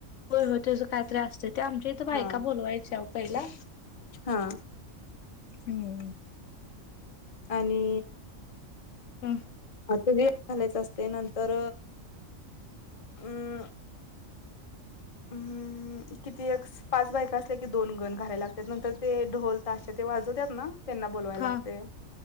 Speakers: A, on the left; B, on the left.
A: होय होय तेज कायतरी असतय, ते आमच्या इथं बायका
B: हा
A: बोलवायच्या ओ पयला
B: हा.
A: हम्म.
B: आणि
A: अह.
B: अ ते वेत घालायचं असते नंतर उअ. उ किती एक्स पाच बायका असल्या कि दोन गण घालाय लागत्यात, नंतर ते ढोल ताश्या ते वाजवत्यात ना त्यांना बोलवाय
A: हा
B: लागतय,